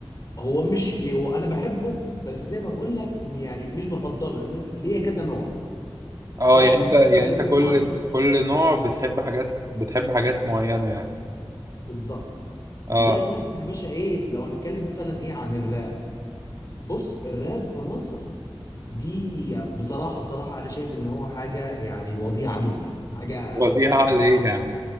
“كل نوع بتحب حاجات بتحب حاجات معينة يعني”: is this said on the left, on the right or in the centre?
Right